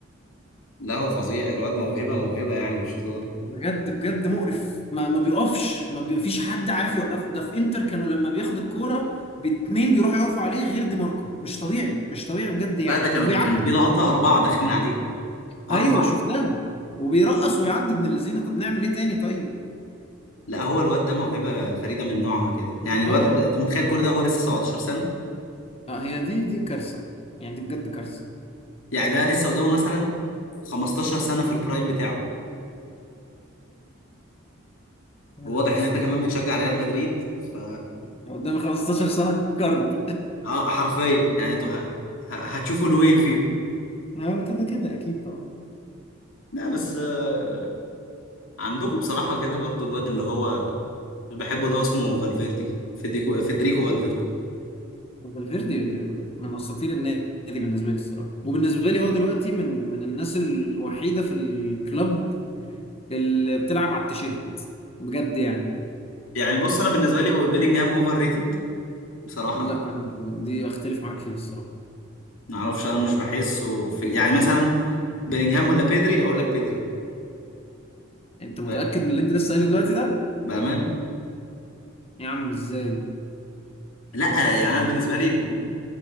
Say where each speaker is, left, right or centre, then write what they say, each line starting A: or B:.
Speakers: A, on the left; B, on the left.
A: <laughs> لا هو فظيع الواد موهبه موهبه يعني مش هزار
B: بجد بجد مقرف ما ما بيقفش ما بي- فيش حد عارف يوقفه ده في انتر كانوا لما بياخد الكورة باتنين بيروحوا يقفوا عليه غير دي ماركو مش طبيعي مش طبيعي بجد يعني
A: لا ده كانوا
B: وبيعدي
A: كان في لقطة أربعة داخلين عليه أربعة
B: ايوه شفتها وبيرقص ويعدي ابن اللذينه طب نعمل ايه تاني طيب
A: لا هو الواد ده موهبة فريدة من نوعها كده يعني الواد
B: اه يا عم
A: ده أنت متخيل كل ده هو لسه 17 سنة
B: آه هي دي دي كارثه يعني دي بجد كارثه
A: يعني ده لسه قدامه مثلا 15 سنة في البرايم بتاعه
B: يا
A: وواضح
B: نهار اسود
A: إن أنت كمان بتشجع ريال مدريد ف
B: لو قدامي 15 سنه كرب
A: آه حرفيا يعني أنتوا ه... ه... هتشوفوا الويل فيه
B: <laughs> اه كده كده اكيد طبعا
A: لا بس آه، عندكم بصراحة كده برضو الواد اللي هو اللي بحبه اللي هو اسمه فالفيردي فيديكو فيدريكو فالفيردي
B: فالفيردي من اساطير النادي بالنسبه لي الصراحه وبالنسبه لي هو دلوقتي من من الناس الوحيده في الكلوب اللي بتلعب على التيشيرت بجد يعني
A: يعني بص أنا بالنسبة لي بيلينجهام أوفر ريتد بصراحة
B: لا انا دي اختلف معاك فيها الصراحه
A: ما اعرفش انا مش بحسه في يعني مثلا بلينجهام ولا بيدري اقول لك بيدري
B: انت متاكد
A: ف-
B: من اللي انت لسه قايله دلوقتي ده
A: بامان
B: يا عم ازاي
A: لا يعني انا بالنسبه لي ب-